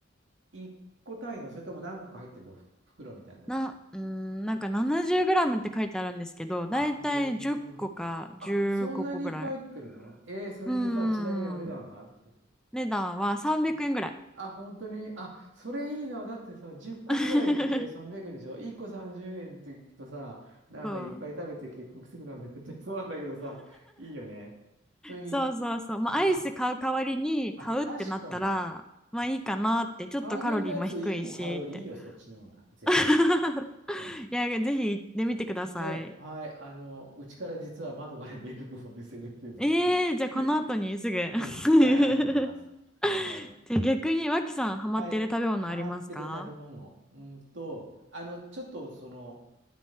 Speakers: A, on the right (about 70°); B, in the centre.
A: 1個単位の、それとも何個か入ってるのふ袋みたいなのに。
B: な、うーん、なんか7 0ムって書いてあるんですけど、だいたい10個か15個ぐらい。
A: あ、グラムね。うん。あ、そんなにいっぱい入ってるのええそれでさ、
B: うー
A: ちなみにお値段はって。
B: ん。値段は300円ぐらい。
A: うんあ、本当に。あ、それいいな。だってさ、10個ぐらいで300円でしょ
B: <laughs>
A: ?1 個30円って聞くとさ、なんかいっぱい食べて結局すぐなくなっちゃいそうなんだけどさ、
B: そう。
A: いいよね。それに、
B: そうそうそう。まあ、
A: ね、
B: アイス買う代わりに買うってなったら、
A: あ、あ、確かに。
B: まあいいかなって、ちょっとカロリーも低いしって。
A: ハーゲンダッツ1個買うよりいいよ、そっちの方が、絶対。
B: <laughs>
A: うん。
B: いや、ぜひ行ってみてください。
A: ねえ、はい、あの、うちから実は窓から見えるところで攻めてるのがあるんですけど
B: えー、じゃあこの後にすぐ。
A: <laughs> ねえ、行きたいなと思います。
B: <laughs>
A: はーい。
B: じゃあ逆に脇さんハマってる食べ物ありますか
A: はい。ハマってる食べ物。うんと、あの、ちょっとその、